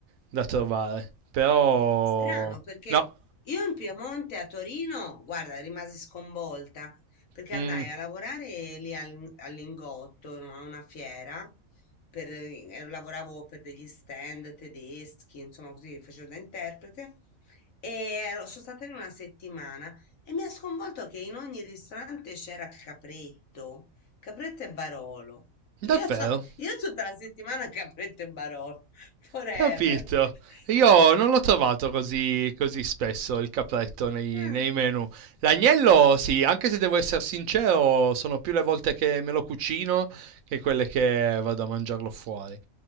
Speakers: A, on the right; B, on the left.
A: da trovare, però...
B: Strano, perché
A: No,
B: io in Piemonte a Torino, guarda, rimasi sconvolta perché
A: Mm,
B: andai a lavorare lì al- all'Ingotto, a una fiera, per, eh, lavoravo per degli stand tedeschi, insomma, così facevo da interprete. E ero- sono stata lì una settimana e mi ha sconvolto che in ogni ristorante c'era capretto, capretto e Barolo.
A: davvero?
B: Io, so, io tutta la settimana capretto e Barolo, <laughs> forever.
A: Capito.
B: <laughs>
A: Io non l'ho trovato così, così spesso il capretto nei,
B: Ah.
A: nei menu. L'agnello, sì, anche se devo essere sincero, sono più le volte che me lo cucino che quelle che vado a mangiarlo fuori.